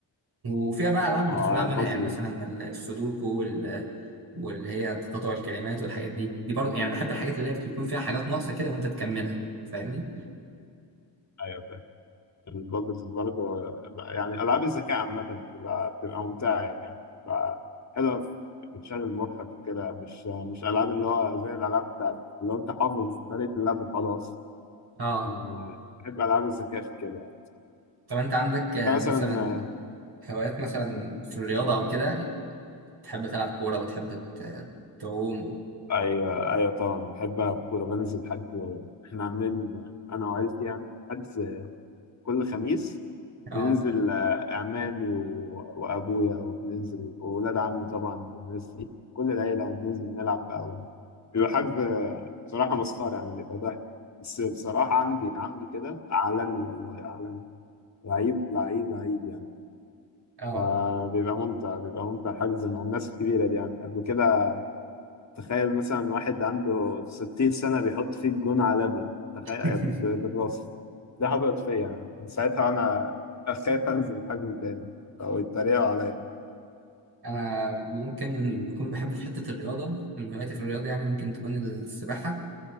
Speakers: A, on the right; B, on the left.
A: وفيها بقى ألعاب
B: اه
A: متفرعة منها
B: البازل
A: يعني مثلا السودوكو وال واللي هي تقاطع الكلمات والحاجات دي دي برضو يعني بحب الحاجات اللي هي بتكون فيها حاجات ناقصة كده وانت تكملها فاهمني؟
B: ايوه فاهم البازل برضه يعني العاب الذكاء عامه بتبقى بتبقى ممتعه يعني بتبقى حلوه في- بتشغل مخك كده مش مش العاب اللي هو زي الالعاب بتاعت اللي هو انت حافظ طريقه اللعب وخلاص
A: اه
B: إن- بحب العاب الذكاء في كده
A: طب انت عندك
B: انت
A: آه،
B: مثلا
A: مثلا هوايات مثلا في الرياضة او كده تحب تلعب كورة بتحب ت- تعوم
B: ايوه ايوه طبعا بحب العب كوره بنزل حد احنا عاملين انا وعيلتي يعني حد كل خميس
A: اه
B: بننزل آه، اعمامي و- وابويا وبننزل واولاد عمي طبعا والناس دي كل العيله يعني بننزل نلعب او بيبقى حد آه، بصراحه مسخره يعني بيبقى ضحك بس بصراحه عندي عمي كده عالمي والله عالمي لعيب لعيب لعيب يعني
A: اه
B: فبيبقى ممتع بيبقى ممتع حجز مع الناس الكبيره دي يعني قبل كده تخيل مثلا واحد عنده 60 سنة بيحط فيه جون عالمي تخيل آه،
A: <laughs>
B: ب- بالراس ده حصلت فيا أنا. من ساعتها وأنا أخاف أنزل حجم تاني أو يتريقوا عليا
A: انا ممكن بكون بحب في حته الرياضه من هواياتي في الرياضه يعني ممكن تكون السباحه